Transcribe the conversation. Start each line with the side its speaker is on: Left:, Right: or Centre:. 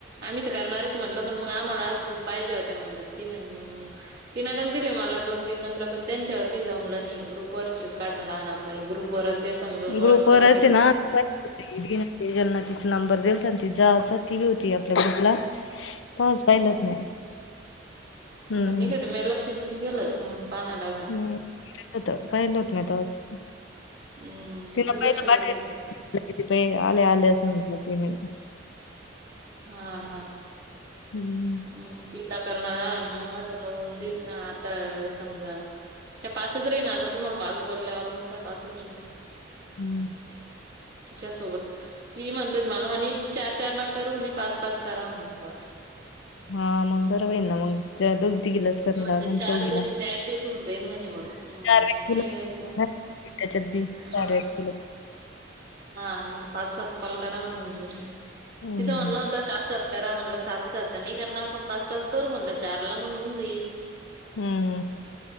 Right: आम्ही तर करणारच, म्हणलं, पण मग आम्हाला अजून पाहिजे होत्या, म्हणलं, ती म्हणे, मग तिनं दिले मला दोन-तीन नंबरं, पण त्यांच्यावर काय जमलं नाही, ग्रुप वरचेच काढण, आणा! आपल्याला ग्रुपवरच एक दोन ओळख
Left: ग्रुपवरचे
Right: करून घेतले
Left: ना काय होते. ज्यांना तिचा नंबर दिलता ना ती होती आपल्या ग्रुपला तवाच पाहिलंच नाही
Right: हा
Left: हम्म
Right: कणी मह लक्षच नाही गेल पणला
Left: नाही पहिलं होतं पाहिलं होतं ना तवाच
Right: हम्म मह
Left: तिला
Right: नाही लक्ष
Left: पहिलं पाठवलं
Right: गेल तिकड
Left: किती रुपये आले आले सांगितले पेमेंट
Right: हा हा
Left: हम्म
Right: मग तिला करा लाग मग म तोघ उऊं जाईन ना आता समजा काय पाच रे ना आता तुम्हाला पाच बोलल्यावर मग काय पाच रहीन
Left: हम्म
Right: तिच्या सोबत ती म्हणतो ला म्हणे चार ना- - करू म्हणे पाच पाच करा म्हणे कॉल
Left: हा मग बरं वाईल ना मग ज दोघी तीघीलाच करण
Right: म्हणजे
Left: लागन
Right: चार
Left: चौघी
Right: जणी ऍडजस्ट होऊन जाईन म्हणे मग
Left: व्यक्तीला
Right: तीन वेळेला
Left: नाही, त्याच्यात बी चार
Right: हा
Left: व्यक्तीला
Right: हा मग पाच पाच कॉल करा म्हणे होऊन जाईन
Left: हम्म
Right: तिचं म्हणण होता स- - करा म्हणलं सात सात नाही करणार पण पाच पाच करू म्हणलं चारला मग होऊन जाईल.
Left: हम्म